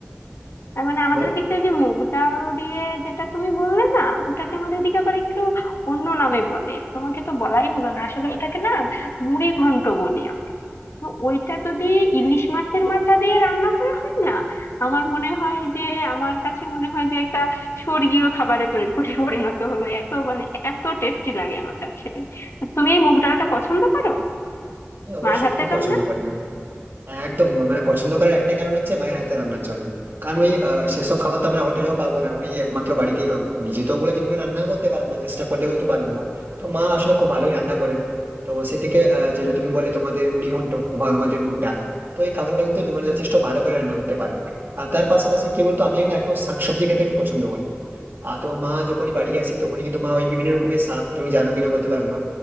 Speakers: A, on the left (about 65°); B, on the right (about 50°).
A: তার মানে আমাদের
B: বলো
A: দিকে ওই যে মুগ ডাল দিয়ে যেটা তুমি বললে না ওটাকে আমাদের দিকে আবার একটু অন্য নামে বলে তোমাকে তো বলাই হলো না আসলে ওটাকে না মুড়ি ঘন্ট বলি আমরা তো ওইটা যদি ইলিশ মাছের মাথা দিয়ে রান্না করা হয় না আমার মনে হয় যে আমার কাছে মনে হয় যে একটা স্বর্গীয় খাবারে তরি- পরি- পরিণত হলো এত মানে এত টেস্টি লাগে আমার কাছে তুমি এই মুগ ডালটা পছন্দ করো
B: হ্যাঁ অবশ্যই
A: মার হাতের
B: খুব
A: রান্না
B: পছন্দ করি হ্যাঁ, একদম মানে পছন্দ করার একটাই কারণ হচ্ছে মায়ের হাতে রান্নার জন্য কারণ ওই আহ, সেসব খাবার তো আমরা হোটেলেও পাবো না ওই একমাত্র বাড়িতেই পাবো নিজে তো ওগুলো জীবনে রান্না করতে পারবো না চেষ্টা করলেও হয়তো পারবো না তো মা আসলে খুব ভালোই রান্না করেন তো সেদিকে আহ, যেটা তুমি বলে তোমাদের মুড়ি ঘন্ট এবং আমাদের মুগ ডাল তো এই খাবারগুলো কিন্তু মানে যথেষ্ট ভালো করে রান্না করতে পারেন আর তার পাশাপাশি কি বলতো আমি না একটু শাকসবজি খেতে একটু পছন্দ করি আর তো মা যখনই বাড়ি আসি তখনই কিন্তু মা ওই বিভিন্ন রকমের শাক তুমি জানো কিনা বলতে পারবো না